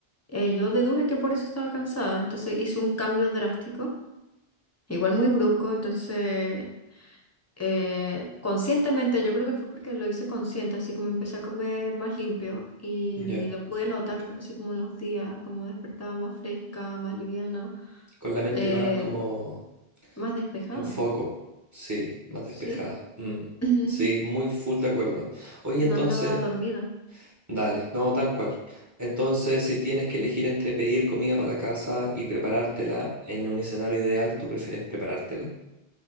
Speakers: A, on the left (about 15°); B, on the right (about 15°).
A: eh, yo deduje que por eso estaba cansada. Entonces hice un cambio drástico, igual muy brusco. Entonces, eh, conscientemente, yo creo que fue porque lo hice consciente, así como empecé a comer más limpio y
B: ya.
A: lo pude notar, así como en los días, como despertaba más fresca, más liviana,
B: Con la mente
A: eh,
B: más como
A: más despejada,
B: en foco, sí, más
A: sí.
B: despejada. Mm.
A: <clears throat>
B: Sí, muy full de acuerdo. Oye,
A: No
B: entonces...
A: andaba dormida.
B: Dale, no, tal cual. Entonces, si tienes que elegir entre pedir comida para la casa y preparártela en un escenario ideal, tú prefieres preparártela.